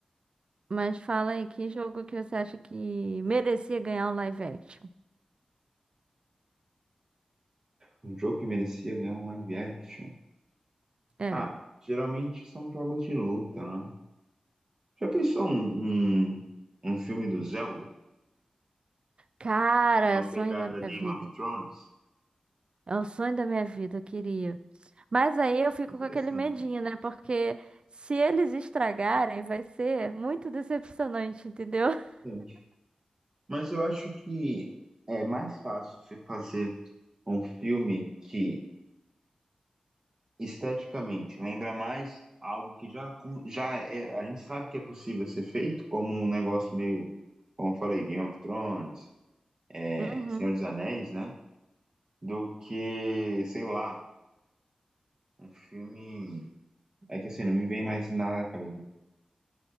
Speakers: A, on the right; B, on the right.
A: mas fala aí, que jogo que você acha que merecia ganhar um live action?
B: Um jogo que merecia ganhar um live action.
A: É.
B: Ah, geralmente são jogos de luta, né? Já pensou um, um, um filme do Zelda?
A: Cara,
B: Uma
A: sonho
B: pegada
A: da minha
B: Game
A: vida.
B: of Thrones?
A: É o sonho da minha vida, eu queria. Mas aí eu fico
B: Interessante,
A: com aquele medinho, né? Porque se eles estragarem, vai ser muito decepcionante, entendeu? <laughs>
B: interessante. Mas eu acho que é mais fácil você fazer um filme que esteticamente, lembra mais algo que já, acon- já é, a gente sabe que é possível ser feito, como um negócio meio, como eu falei, Game of Thrones, é,
A: Uhum.
B: Senhor dos Anéis, né? Do que, sei lá, um filme. É que assim, não me vem mais nada na cabeça.